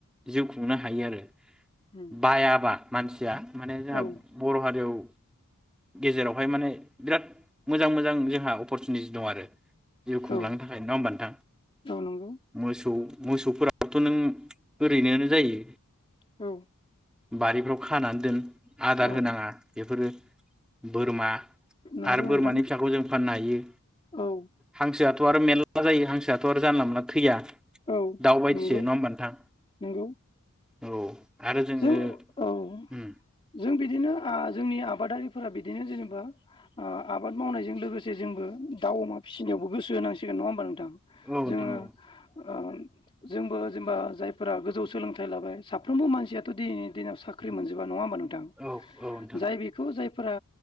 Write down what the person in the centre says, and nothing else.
जिउ खुंनो हायो आरो
बायाबा मानसिया माने जोंहा
बर' हारियाव गेजेरावहाय माने बिराद मोजां मोजां जोंहा अपरसुनिटि दं आरो जिउ खुंलांनो
थाखाय नङा होमबा नोंथां?
मोसौ मोसौफोराबोथ' नों ओरैनोनो जायो
बारिफ्राव खानानै दोन आदार
होनाङा बेफोरो बोरमा
आरो बोरमानि
फिसाखौ जों फाननो हायो
हांसो आथ' थ' आरो मेरला जायो हां थ' आरो जानला मोनला थैया
दाउ बायदिसो
नङा होमबा नोंथां
औ आरो जोङो
ओम
औ नोंथां
औ
औ औ नोंथां